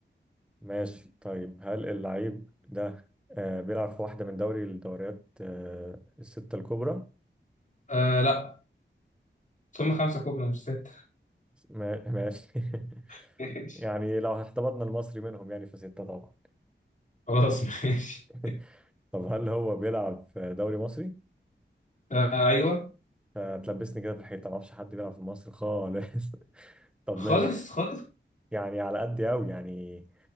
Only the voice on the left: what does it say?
آه لا ثم خمسة كوبري مش ستة
<laughs> ماشي
خلاص ماشي
آه أيوه
خالص
خالص